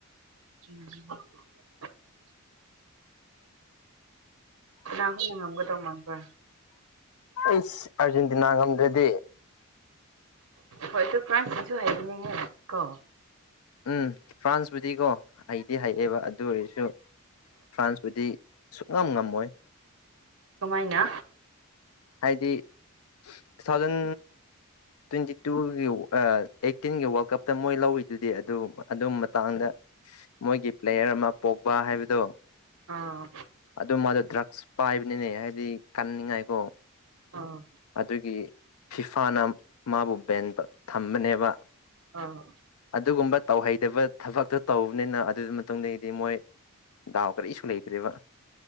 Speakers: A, on the right; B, on the left.
A: <inaudible> ꯅꯥꯍꯟꯅ ꯉꯝꯒꯗꯧꯕ ꯃꯥꯟꯕ꯭ꯔꯥ꯫
B: ꯑꯩꯁ ꯑꯔꯖꯦꯟꯇꯤꯅꯥ ꯉꯝꯗ꯭ꯔꯗꯤ꯫
A: ꯍꯣꯏ ꯑꯗꫭ ꯐ꯭ꯔꯥꯟꯁ ꯁꯤꯡꯁꯨ ꯍꯥꯏꯕꯅꯦꯍꯦ ꯀꯣ꯫
B: ꯎꯝ ꯐ꯭ꯔꯥꯟꯁꯄꯨꯗꯤꯀꯣ ꯍꯩꯗꯤ ꯍꯩꯑꯦꯕ ꯑꯗꯨ ꯑꯣꯏꯔꯁꯨ ꯐ꯭ꯔꯥꯟꯁꯄꯨꯗꯤ ꯁꯨꯛꯉꯝ ꯉꯝꯃꯣꯏ꯫
A: ꯀꯃꯥꯏꯅ꯫
B: ꯍꯥꯏꯗꯤ ꯇꯨ ꯊꯥꯎꯖꯟ ꯇ꯭ꯋꯦꯟꯇꯤ ꯇꯨꯒꯤ ꯑ ꯑꯩꯠꯇꯤꯟꯒꯤ ꯋꯥꯔꯜ ꯀꯞꯇ ꯃꯣꯏ ꯂꯧꯋꯤꯗꯨꯗꯤ ꯑꯗꯨ ꯑꯗꯨꯝ ꯃꯇꯥꯡꯗ ꯃꯣꯏꯒꯤ ꯄ꯭ꯂꯦꯌꯔ ꯑꯃ ꯄꯣꯛꯕꯥ ꯍꯥꯏꯕꯗꯣ
A: ꯑꯥ
B: ꯑꯗꯨ ꯃꯥꯗꯣ ꯗ꯭ꯔꯛꯁ ꯄꯥꯏꯕꯅꯤꯅꯦ ꯍꯥꯏꯕꯗꯤ ꯀꯟꯅꯤꯡꯉꯥꯏꯀꯣ꯫
A: ꯑꯥ꯫
B: ꯑꯗꯨꯒꯤ ꯐꯤꯐꯥꯅ ꯃꯥꯕꯨ ꯕꯦꯟ ꯊꯝꯕꯅꯦꯕ꯫
A: ꯑꯥ꯫
B: ꯑꯗꯨꯒꯨꯝꯕ ꯇꯧꯍꯩꯗꯕ ꯊꯕꯛꯇꯣ ꯇꯧꯕꯅꯤꯅ ꯑꯗꯨ ꯃꯇꯨꯡꯗꯒꯤꯗꯤ ꯃꯣꯏ ꯗꯥꯎ ꯀꯔꯤꯁꯨ ꯂꯩꯇ꯭ꯔꯦꯕ꯫